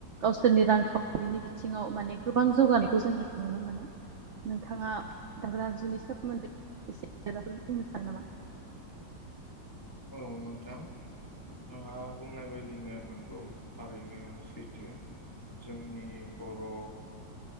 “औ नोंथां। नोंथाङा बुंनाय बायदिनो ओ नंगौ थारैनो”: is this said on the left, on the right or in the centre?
Left